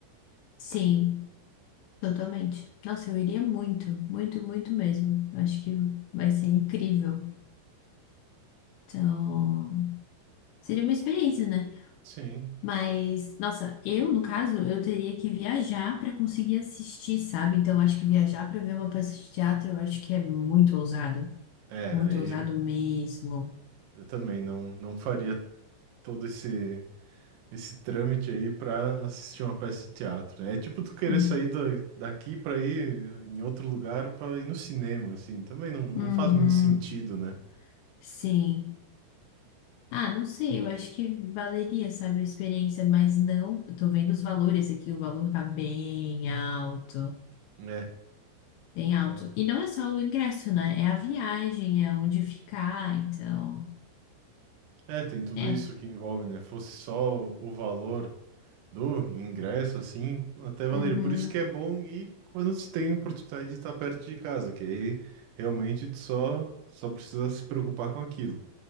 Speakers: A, on the left (about 80°); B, on the right (about 85°).
A: sim, totalmente. Nossa, eu iria muito, muito, muito mesmo. Eu acho que vai ser incrível. Então, seria uma experiência, né?
B: Sim.
A: Mas, nossa, eu, no caso, eu teria que viajar para conseguir assistir, sabe? Então, acho que viajar para ver uma peça de teatro, eu acho que é muito ousado.
B: É,
A: Muito
B: aí
A: ousado mesmo.
B: eu também não, não faria todo esse, esse trâmite aí pra assistir uma peça de teatro, né? É tipo tu querer
A: Uhum.
B: sair da, daqui pra ir em outro lugar pra ir no cinema, assim. Também não, não
A: Uhum,
B: faz muito sentido, né?
A: sim. Ah, não sei, eu acho que valeria, sabe, a experiência, mas não, eu tô vendo os valores aqui, o valor tá bem alto,
B: É,
A: bem alto.
B: tá.
A: E não é só o ingresso, né? É a viagem, é onde ficar, então.
B: É, tem tudo
A: É,
B: isso que envolve, né? Fosse só o valor do ingresso, assim, até valeria.
A: uhum,
B: Por isso que é bom ir quando se tem a oportunidade de estar perto de casa, que aí realmente tu só, só precisa se preocupar com aquilo.